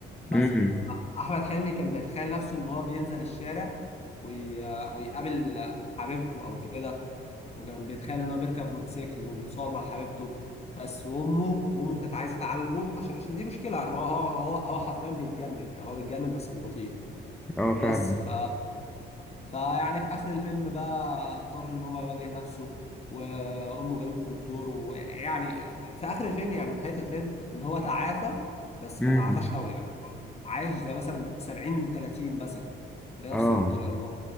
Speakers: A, on the left; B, in the centre.
A: بس
B: امم
A: احمد حلمي كان بيتخيل نفسه ان هو بينزل الشارع وي... ويقابل حبيبته او كده وكان بيتخيل ان هو بيركب موتوسيكل وبيتصور مع حبيبته بس وامه وامه كانت عايزه تعالجه عشان عشان دي مشكله يعني هو هو هو هو حرفيا بيتجنن يعني هو بيتجنن بس بالبطيء
B: اه فعلا
A: بس ف فيعني في اخر الفيلم بقى اضطر ان هو يواجه نفسه وامه جابته دكتور ويعني في اخر الفيلم يعني نهاية الفيلم ان هو تعافى بس
B: امم
A: ما تعافاش قوي يعني هو عايش زي مثلا 70 30 مثلا بنفس
B: اه
A: الطريقة اللي هو